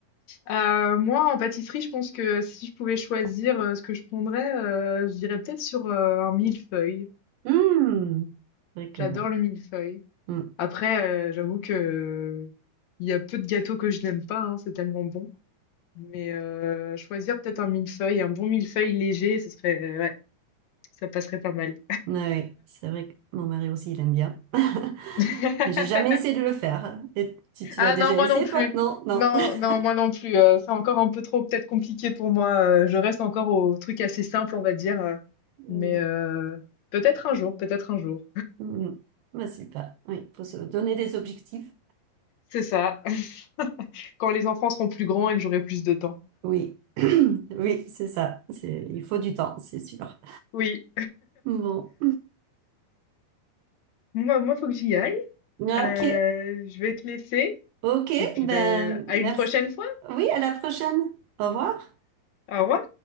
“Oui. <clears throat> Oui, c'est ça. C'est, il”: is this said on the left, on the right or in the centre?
Right